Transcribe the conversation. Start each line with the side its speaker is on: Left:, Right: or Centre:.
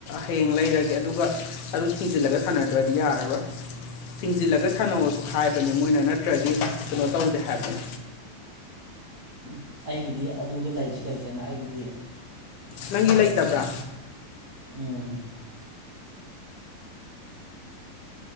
Left: ꯍꯌꯦꯡ ꯂꯩꯔꯒꯦ ꯑꯗꯨꯒ ꯑꯗꯨ ꯊꯤꯡꯖꯤꯜꯂꯒ ꯁꯥꯟꯅꯗ꯭ꯔꯗꯤ ꯌꯥꯔꯔꯣꯏ ꯊꯤꯡꯖꯤꯜꯂꯒ ꯁꯥꯟꯅꯧꯁꯨ ꯍꯥꯏꯕꯅꯦ ꯃꯣꯏꯅ ꯅꯠꯇ꯭ꯔꯗꯤ ꯀꯩꯅꯣ ꯇꯧꯗꯦ ꯍꯥꯏꯕꯅꯤ
Right: ꯎꯝ ꯑꯩꯒꯤꯗꯤ ꯑꯗꯨꯗ ꯂꯩꯁꯨ ꯂꯩꯇꯅ ꯑꯩꯒꯤꯗꯤ
Left: ꯅꯪꯒꯤ ꯂꯩꯇꯕ꯭ꯔꯥ
Right: ꯎꯝ